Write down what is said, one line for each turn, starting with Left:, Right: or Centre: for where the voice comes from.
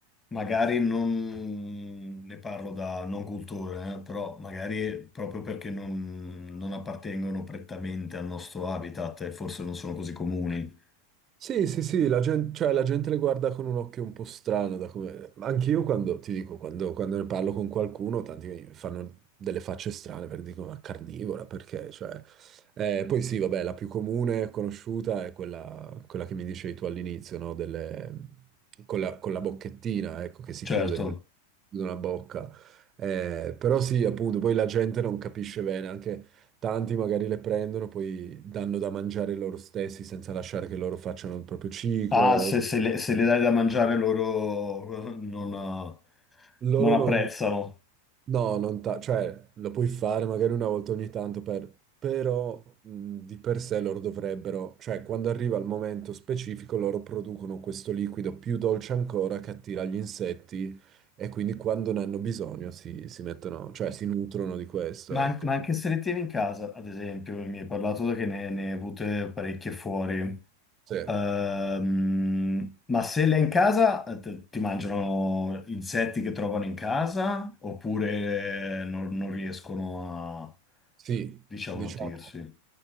Left: Magari non ne parlo da non cultore, eh, però magari è proprio perché non, non appartengono prettamente al nostro habitat e forse non sono così comuni.
Right: Sì, sì, sì, la gente, cioè, la gente le guarda con un occhio un po' strano, da come... Anche io quando, ti dico, quando, quando ne parlo con qualcuno, tanti mi fanno delle facce strane per dico, ma carnivora, perché? Cioè, eh, poi sì, vabbè, la più comune, conosciuta, è quella, quella che mi dicevi tu all'inizio, no? Delle- con la, con la bocchettina, ecco, che si chiude
Left: Certo.
Right: con la bocca. Eh, però sì, appunto, poi la gente non capisce bene, anche... Tanti magari le prendono, poi danno da mangiare loro stessi senza lasciare che loro facciano il proprio ciclo.
Left: Ah, se, se le, se le dai da mangiare loro eh, non, eh,
Right: Loro
Left: non apprezzano.
Right: non, no, non ta- cioè lo puoi fare magari una volta ogni tanto, per- però mh, di per sé loro dovrebbero, cioè quando arriva il momento specifico loro producono questo liquido più dolce ancora che attira gli insetti e quindi quando ne hanno bisogno si, si mettono, cioè si nutrono di questo,
Left: Ma,
Right: ecco.
Left: an- ma anche se le tieni in casa, ad esempio, mi hai parlato che ne, ne hai avute parecchie fuori.
Right: Sì,
Left: Ehm, ma se l'è in casa, eh, t- ti mangiano insetti che trovano in casa oppure non, non riescono a,
Right: sì,
Left: diciamo,
Right: diciamo.
Left: nutrirsi?